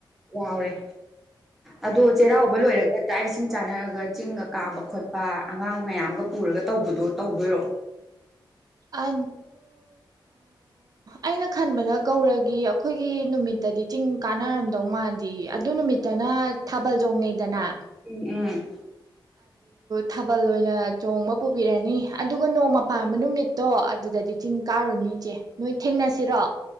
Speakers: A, in the centre; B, on the right.
A: ꯌꯥꯎꯔꯦ ꯑꯗꯣ ꯆꯩꯔꯥꯎꯕ ꯂꯣꯏꯔꯒ ꯆꯥꯛ ꯏꯁꯤꯡ ꯆꯥꯟꯅꯔꯒ ꯆꯤꯡꯒ ꯀꯥꯕ ꯈꯣꯠꯄ ꯑꯉꯥꯡ ꯃꯌꯥꯝꯒ ꯄꯨꯔꯒ ꯇꯧꯕꯗꯣ ꯇꯧꯗꯣꯏꯔꯣ
B: ꯑ ꯑꯩꯅ ꯈꯟꯕꯗ ꯒꯧꯔꯒꯤ ꯑꯩꯈꯣꯏꯒꯤ ꯅꯨꯃꯤꯠꯇꯗꯤ ꯆꯤꯡ ꯀꯥꯟꯅꯔꯝꯗꯧ ꯃꯥꯗꯤ ꯑꯗꯨ ꯅꯨꯃꯤꯠꯇꯅ ꯊꯥꯕꯜ ꯆꯣꯡꯉꯩꯗꯅ
A: ꯎꯝ ꯎꯝ
B: ꯊꯥꯕꯜ ꯑꯣꯏꯅ ꯆꯣꯡꯕ ꯄꯨꯕꯤꯔꯅꯤ ꯑꯗꯨꯒ ꯅꯣꯡꯃ ꯄꯥꯝ ꯅꯨꯃꯤꯠ ꯇꯣ ꯑꯗꯨꯗꯗꯤ ꯆꯤꯡ ꯀꯥꯔꯨꯅꯤ ꯏꯆꯦ ꯅꯣꯏ ꯊꯦꯡꯅꯁꯤꯔꯣ